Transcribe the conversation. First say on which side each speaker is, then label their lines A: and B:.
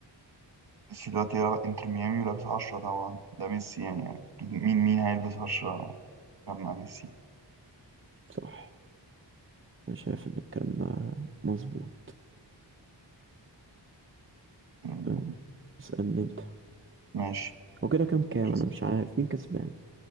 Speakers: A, on the right; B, on the right.
A: ميسي دلوقتي يلعب انتر ميامي ولابس عشرة طبعا ده ميسي يعني أكيد مين مين هيلبس عشرة لما ميسي
B: صح أنا شايف إن الكلام ده مظبوط
A: مم،
B: أه، اسألني أنت
A: ماشي
B: هو كده كام كام
A: كريس-
B: أنا مش عارف مين كسبان